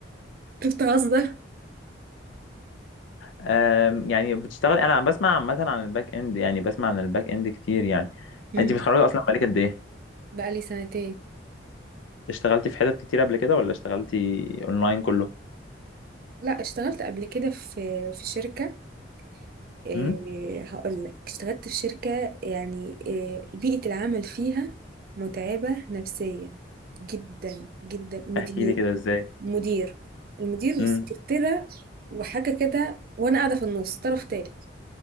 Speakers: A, on the right; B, on the left.
A: انت بتهزر
B: آم، يعني بتشتغل انا بسمع عامه عن الباك اند يعني بسمع عن الباك اند كتير يعني
A: امم
B: انت متخرجه اصلا بقالك قد ايه
A: بقى لي سنتين
B: اشتغلتي في حتت كتير قبل كده ولا اشتغلتي اونلاين كله
A: لا اشتغلت قبل كده في في شركه إيه
B: امم
A: هقول لك اشتغلت في شركه يعني إيه بيئه العمل فيها متعبه نفسيا جدا جدا مدير
B: احكي لي كده ازاي
A: مدير المدير والسكرتيره
B: امم.
A: وحاجه كده وانا قاعده في النص طرف تالت